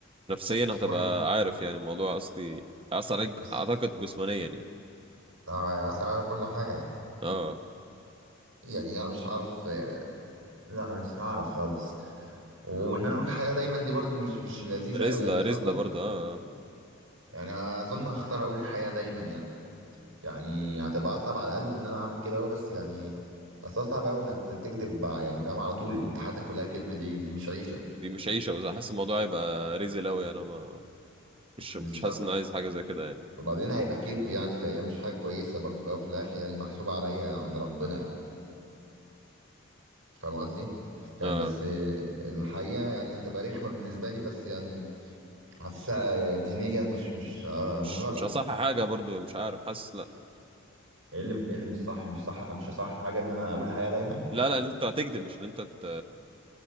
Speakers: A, on the right; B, on the right.
A: نفسيا
B: مش
A: هتبقى
B: مريح
A: عارف يعني الموضوع قصدي اثر عليك
B: بس
A: اعتقد جسمانيا يعني
B: آه، هيأثر على كل حاجة يعني
A: اه
B: يعني لا مش هعرف لا مش هعرف خالص وان انا اقول الحقيقة دايما دي برضو مش مش لذيذة
A: رزلة
B: قوي يعني بس
A: رزلة
B: اظن
A: برضه اه آه.
B: يعني اظن هختار اقول الحقيقة دايما يعني يعني هتبقى اصعب على قلبي ان انا اعمل كده اهو بس يعني اصل هو صعب قوي انك ت- تكذب بع- يعني فاهم على طول انت حياتك كلها كذب دي دي مش عيشة
A: دي مش عيشة بس حاسس الموضوع هيبقى رزل اوي يعني. انا ما مش
B: بالظبط
A: مش حاسس اني عايز حاجة زي كده يعني
B: وبعدين هيبقى كذب يعني فهي مش حاجة كويسة برضو في الاول وفي الاخر يعني محسوبة عليا عند ربنا يعني فاهم قصدي يعني
A: اه
B: بس الحقيقة يعني هتبقى رخمة بالنسبة لي بس يعني حاسسها دينيا مش مش آه، مش
A: مش
B: غلط
A: مش اصح حاجة برضه مش عارف حاسس لا
B: ايه اللي ايه اللي مش صح مش صح مش صح حاجه ان انا اقول الحقيقه دايما
A: لا لا ان انت هتكذب مش ان انت ت...